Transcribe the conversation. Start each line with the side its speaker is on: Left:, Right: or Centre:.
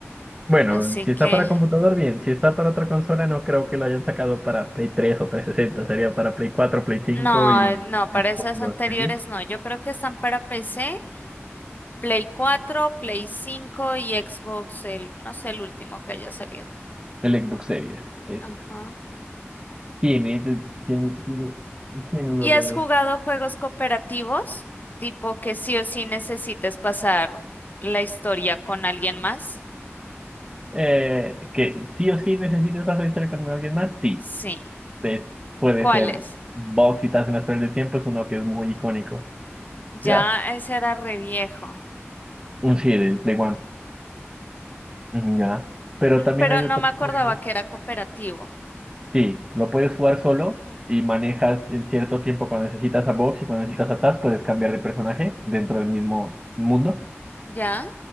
Right: Bueno,
Left: Así
Right: si
Left: que,
Right: está para computador, bien. Si está para otra consola, no creo que lo hayan sacado para Play 3 o trescientos sesenta Sería para Play cuatro Play 5
Left: no,
Right: y
Left: no, para
Right: el
Left: esas
Right: Xbox
Left: anteriores
Right: Series.
Left: no. Yo creo que están para PC, Play 4, Play 5 y Xbox, el, no sé, el último que haya salido.
Right: El Xbox Series. eh,
Left: Ajá.
Right: Tiene, tiene, tiene, tiene uno
Left: ¿Y
Right: bueno.
Left: has jugado juegos cooperativos? Tipo que sí o sí necesites pasar la historia con alguien más.
Right: Eh, que sí o sí necesitas hacer historia con alguien más, sí.
Left: Sí.
Right: Es- puede
Left: ¿Cuáles?
Right: ser Box y Taz en la Torre del Tiempo, es uno que es muy icónico.
Left: Ya
Right: Ya.
Left: ese era re viejo.
Right: Un sí, del Play One. ujú, Ya. Pero
Left: Mm,
Right: también
Left: Pero
Right: hay
Left: no
Right: otros
Left: me acordaba
Right: juegos
Left: que era cooperativo.
Right: Sí, lo puedes jugar solo y manejas en cierto tiempo cuando necesitas a Box y cuando necesitas a Taz, puedes cambiar de personaje dentro del mismo mundo.
Left: Ya,